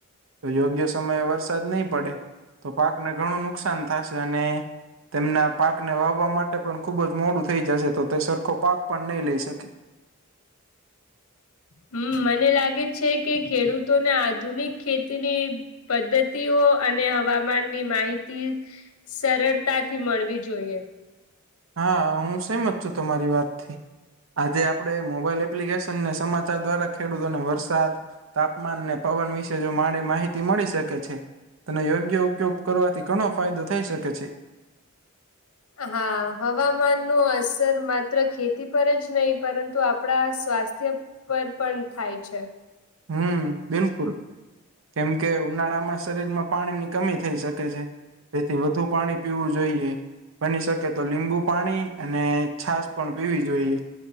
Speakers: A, on the right; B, on the left.
A: તો યોગ્ય સમયે વરસાદ નહી પડે તો પાકને ઘણું નુકસાન થશે અને તેમના પાકને વાવવા માટે પણ ખુબ જ મોડું થઈ જશે તો તે સરખો પાક પણ નહી લઈ શકે.
B: હમ્મ, મને લાગે છે કે ખેડૂતોને આધુનિક ખેતીની પદ્ધતિઓ અને હવામાનની માહિતી સરળતાથી મળવી જોઈએ.
A: હા, હું સમત છું તમારી વાતથી. આજે આપણે મોબાઈલ એપ્લિકેશનને સમાચાર દ્વારા ખેડૂતોને વરસાદ તાપમાન ને પવન વિશે જો મારી માહિતી મળી શકે છે અને યોગ્ય ઉપયોગ કરવાથી ઘણો ફાયદો થઈ શકે છે.
B: હા, હવામાનનું અસર માત્ર ખેતી પર જ નહી પરંતુ આપણા સ્વાસ્થ્ય પર પણ થાય છે.
A: હમ્મ, બિલકુલ કેમ કે ઉનાળામાં શરીરમાં પાણીની કમી થઈ શકે છે તેથી વધુ પાણી પીવું જોઈએ. બની શકે તો લીંબુ પાણી અને છાસ પણ પીવી જોઈએ.